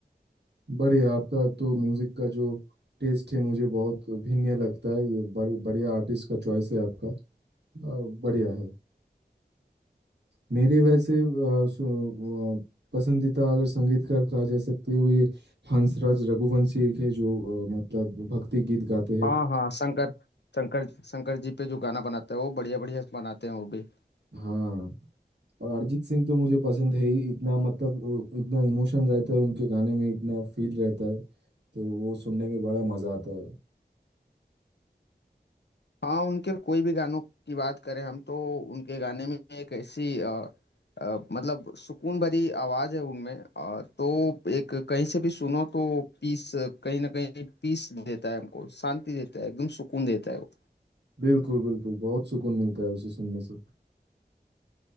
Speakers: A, on the right; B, on the left.
A: बढ़िया आपका तो म्यूजिक का जो टेस्ट है मुझे बहुत भिन्न लगता है ये बड़े बढ़िया आर्टिस्ट का चॉइस है आपका अ, बढ़िया है मेरे वैसे अ, सो- वो, अ, पसंदीदा अगर संगीतकार कहा जा सकते हैं वो ये हंसराज रघुवंशी एक है जो अ, मतलब भक्ति गीत गाते हैं
B: हाँ हाँ शंकर शंकर शंकर जी पे जो गाना बनाता है वो बढ़िया बढ़िया बनाते हैं वो भी
A: हाँ और अरिजीत सिंह तो मुझे पसंद है ही इतना मतलब वो इतना इमोशन रहता है उनके गाने में इतना फील रहता है तो वो सुनने में बड़ा मजा आता है
B: हाँ उनके कोई भी गानों की बात करें हम तो उनके गाने में एक ऐसी अ, अ, मतलब सुकून भरी आवाज है उनमें अ, तो एक कहीं से भी सुनो तो पीस कहीं ना कहीं पीस देता है हमको शांति देता है एकदम सुकून देता है वो
A: बिल्कुल बिल्कुल बहुत सुकून मिलता है उसे सुनने से